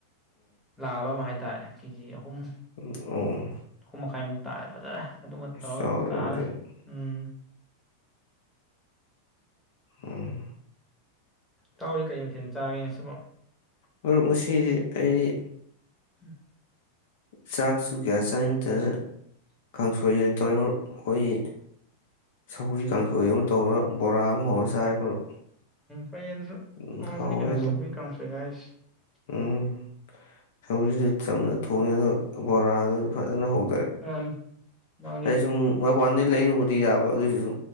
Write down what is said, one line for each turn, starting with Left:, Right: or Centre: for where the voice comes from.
Centre: ꯂꯕ ꯃꯥ ꯍꯥꯏ ꯇꯥꯥꯔꯦ ꯀꯦꯖꯤ ꯑꯍꯨꯝ
Left: ꯑꯣ
Centre: ꯑꯍꯨꯝ ꯃꯈꯥꯏꯃꯨꯛ ꯇꯥꯔꯦ ꯐꯖꯔꯦ ꯑꯗꯨꯃ ꯇꯧꯔꯒ
Left: ꯆꯥꯎꯔꯦ
Centre: ꯆꯥꯔꯦ
Left: ꯑꯗꯨꯗꯤ
Centre: ꯑꯨꯝ
Left: ꯑꯨꯝ
Centre: ꯇꯥꯎꯔꯤ ꯀꯔꯤ ꯃꯊꯦꯜ ꯆꯥꯒꯦ ꯉꯁꯤꯕꯨ
Left: ꯃꯔꯨꯞ ꯃꯁꯤꯗꯤ ꯑꯩꯗꯤ
Centre: <inaudible>
Left: ꯆꯥꯛꯁꯨ ꯀꯌꯥ ꯆꯥꯅꯤꯡꯗ ꯀꯥꯡꯁꯣꯏ ꯑꯣꯏ ꯇꯧꯔꯤꯕꯣ ꯑꯩꯈꯣꯏꯒꯤ ꯁꯧꯒꯔꯤ ꯀꯥꯡꯁꯣꯏ ꯑꯃ ꯇꯧꯔꯒ ꯕꯣꯔꯥꯃ ꯍꯧꯔꯆꯥꯏ ꯃꯔꯨꯞ
Centre: ꯐꯩ ꯑꯗꯨꯁꯨ
Left: ꯎꯝ
Centre: ꯍꯥꯎꯕꯅꯤ
Left: ꯍꯥꯎꯋꯦ
Centre: ꯀꯩꯅꯣ
Left: ꯑꯗꯨꯝ
Centre: ꯁꯧꯒꯤ ꯀꯥꯡꯁꯣꯏ ꯄꯦꯡꯍꯥꯢ <unintelligible>
Left: ꯎꯝ ꯁꯧꯁꯤꯁꯨ ꯆꯝꯅ ꯊꯣꯡꯉꯦ ꯑꯗꯣ ꯕꯣꯔꯥꯗꯣ ꯐꯖꯅ ꯍꯧ
Centre: ꯃꯥꯅꯤ ꯃꯥꯒꯤ
Left: ꯑꯩ ꯁꯨꯝ ꯃꯄꯥꯟꯗꯩ ꯂꯩꯔꯨꯕꯗꯤ ꯌꯥꯕ ꯑꯗꯨꯢꯁꯨ